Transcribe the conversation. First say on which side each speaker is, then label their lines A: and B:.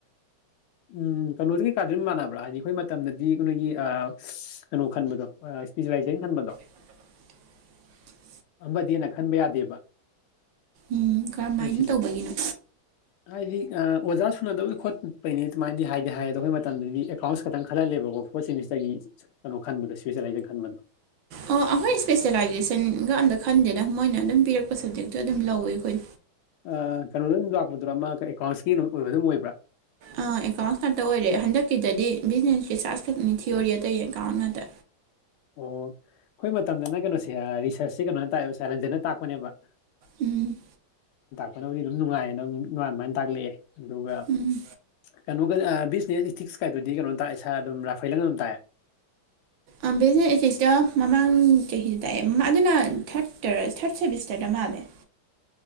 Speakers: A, on the left; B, on the right.
A: ꯎꯝ ꯀꯩꯅꯣꯗꯤ ꯀꯩꯀꯥꯗꯤ ꯑꯗꯨꯝ ꯃꯥꯟꯅꯕ꯭ꯔꯥ ꯍꯥꯏꯗꯤ ꯑꯩꯈꯣꯏ ꯃꯇꯝꯗꯗꯤ ꯅꯣꯏꯒꯤ ꯑ ꯀꯩꯅꯣ ꯈꯟꯕꯗꯣ ꯑ ꯑꯦꯁꯄꯤꯁꯤꯂꯥꯏꯁꯦ ꯈꯟꯕꯗꯣ
B: <inaudible>
A: ꯑꯃꯗꯤ ꯍꯦꯟꯅ ꯈꯟꯕ ꯌꯥꯗꯦꯕ
B: ꯎꯝ ꯀꯔꯝꯃꯥꯏꯅ
A: ꯑꯗꯣ ꯁꯤꯁꯨ
B: ꯇꯧꯕꯒꯤꯅꯣ
A: ꯍꯥꯏꯗꯤ ꯑꯥ ꯑꯣꯖꯥ ꯁꯨꯅꯗꯕꯩ ꯈꯣꯠꯄꯩꯅꯤ ꯑꯗꯨꯃꯥꯏꯅꯗꯤ ꯍꯥꯏꯗꯤ ꯍꯥꯏ ꯑꯗꯨ ꯑꯩꯈꯣꯏ ꯃꯇꯝꯗꯗꯤ ꯑꯦꯀꯥꯎꯟ ꯈꯛꯇꯪ ꯈꯜꯍꯜꯂꯦꯕꯀꯣ ꯐꯣꯔꯠ ꯁꯦꯃꯦꯁ ꯀꯩꯅꯣ ꯈꯟꯕꯗꯣ ꯏꯁꯄꯤꯁꯦꯂꯥꯏꯖꯗ ꯈꯟꯕꯗꯣ
B: ꯑꯣ ꯑ ꯍꯣꯏ ꯏꯁꯄꯦꯁꯦꯂꯥꯏꯖꯦꯁꯟꯒ ꯑꯝꯇ ꯈꯟꯗꯦꯗ ꯃꯣꯏꯅ ꯑꯗꯨꯝ ꯄꯤꯔꯛꯄ ꯁꯕꯖꯦꯛꯇꯣ ꯑꯗꯨꯝ ꯂꯧꯋꯦ ꯑꯩꯈꯣꯏ
A: ꯑ ꯀꯩꯅꯣꯗ ꯑꯗꯨꯝ ꯂꯥꯛꯄꯗꯨꯔ ꯃꯥ ꯑꯦꯀꯥꯎꯟꯁꯀꯤ ꯑꯣꯏꯕ ꯗꯨꯝ ꯑꯣꯏꯕ꯭ꯔꯥ
B: ꯑ ꯑꯦꯀꯥꯎꯟꯁ ꯉꯥꯛꯇ ꯑꯣꯏꯔꯦ ꯍꯟꯗꯛꯀꯤꯗꯗꯤ ꯕꯤꯖꯤꯅꯦꯁꯀꯤ ꯔꯤꯁꯥꯁ ꯈꯛꯅꯤ ꯊꯤꯑꯣꯔꯤ ꯑꯇꯩ ꯑꯦꯀꯥꯎꯟ ꯉꯥꯛꯇ
A: ꯑꯣ ꯑꯩꯈꯣꯏ ꯃꯇꯝꯗꯅ ꯀꯩꯅꯣꯁꯦ ꯔꯤꯁꯔꯁꯁꯦ ꯀꯩꯅꯣꯅ ꯇꯥꯛꯑꯦꯕ ꯁꯥꯔ ꯔꯟꯖꯦꯅ ꯇꯥꯛꯄꯅꯦꯕ
B: ꯎꯝ
A: ꯀꯅꯣꯗꯤ ꯗꯨꯝ ꯅꯨꯡꯉꯥꯏꯌꯦꯅ ꯗꯨꯝ ꯃꯥ ꯗꯨꯃꯥꯏ ꯇꯥꯛꯂꯛꯑꯦ ꯑꯗꯨꯒ
B: ꯎꯝ
A: ꯀꯅꯣ <unintelligible> ꯑ ꯕꯤꯖꯤꯅꯦꯁ ꯏꯊꯤꯛꯁ ꯀꯥꯏꯗꯨꯗꯤ ꯀꯅꯣ ꯇꯥꯛꯑꯦ ꯁꯥꯔ ꯑꯗꯨꯝ ꯔꯥꯐꯥꯏꯂꯪꯅ ꯗꯨꯝ ꯇꯥꯛꯑꯦ
B: ꯑ ꯕꯤꯖꯤꯅꯦꯁ ꯏꯊꯤꯛꯁꯗ ꯃꯃꯥꯡ ꯆꯍꯤꯗ ꯇꯥꯛꯑꯦ ꯃꯥ ꯑꯗꯨꯅ ꯊ꯭ꯔꯠ ꯇꯔ ꯊ꯭ꯔꯠ ꯁꯦꯃꯤꯁꯇ꯭ꯔꯗ ꯃꯥꯜꯂꯦ <inaudible>